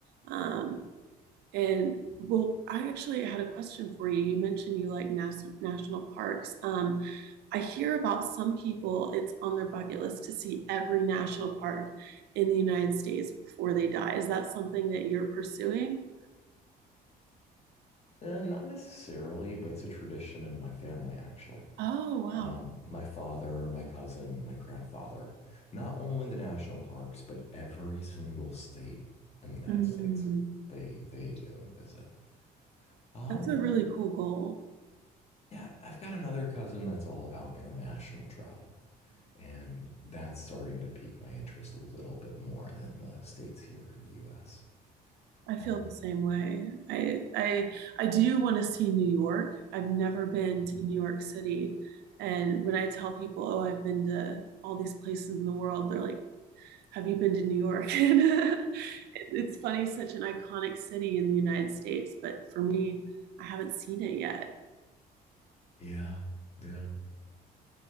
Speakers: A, on the right; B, on the left.
A: Um, And well, I actually had a question for you. You mentioned you like nas- national parks. Um, I hear about some people, it's on their bucket list to see every national park in the United States before they die. Is that something that you're pursuing?
B: Eh, not necessarily, but it's a tradition in my family, actually.
A: Oh, wow.
B: Um, my father, my cousin, my grandfather, not only the national parks, but every single state in the United
A: Mhm.
B: States, they they do and visit. Um,
A: That's a really cool goal.
B: yeah, I've got another cousin that's all about international travel, and that's starting to pique my interest a little bit more than the states here in the US.
A: I
B: Um,
A: feel the same way. I I I do want to see New York. I've never been
B: <laughs>
A: to New York City. And when I tell people, "Oh, I've been to all these places in the world," they're like, "Have you been to New York?" <laughs> And it's funny, such an iconic city in the United States, but for me, I haven't seen it yet.
B: Yeah, yeah.